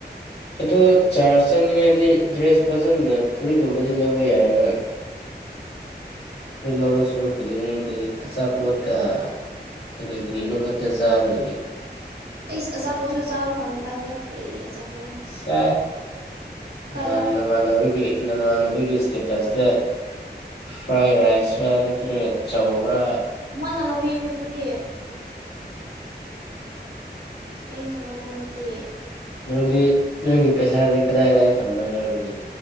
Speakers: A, on the left (about 65°); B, on the right (about 65°).
A: ꯑꯗꯨ ꯆꯥꯔꯖ ꯆꯥꯅꯤꯡꯉꯥꯏꯗꯤ ꯗ꯭ꯔꯦꯁ ꯐꯖꯅ ꯐꯨꯔꯤꯠꯀꯨꯝꯕꯗꯤ ꯂꯧꯕ ꯌꯥꯏꯌꯦꯅ ꯑꯩꯣꯏ ꯂꯧꯕ ꯁꯔꯨꯛꯄꯨꯗꯤ ꯅꯪꯗꯤ ꯑꯆꯥꯄꯣꯠꯀ ꯀꯔꯤ ꯀꯔꯤꯅꯣ ꯈꯛꯇ ꯆꯥꯔ ꯂꯩ
B: ꯑꯩ ꯑꯆꯥꯄꯣꯠꯁꯨ ꯆꯥꯕ ꯐꯪꯗ꯭ꯔ ꯀꯥꯟꯁꯤꯗ ꯀꯔꯤ ꯑꯆꯥꯄꯣꯠ
A: ꯁꯦ
B: ꯀꯥꯏꯗ
A: ꯑ ꯅꯅꯕꯒꯤ ꯅꯃ ꯑꯅꯕꯒꯤ ꯏꯁꯦ ꯇꯁꯗ ꯐ꯭ꯔꯥꯏ ꯔꯥꯏꯁ ꯍꯥꯏ ꯅꯠꯇ꯭ꯔꯒ ꯆꯧꯔꯥ
B: ꯃꯅꯂꯕꯤꯃꯤꯅ ꯑꯗꯨꯗꯤ ꯑꯩꯅ ꯂꯧꯕ ꯅꯠꯇꯦ
A: ꯅꯅꯨꯡꯗꯤ ꯅꯪ ꯏ ꯄꯦꯁꯥꯔꯗꯤꯛꯗꯗ ꯇꯝꯅꯗꯤ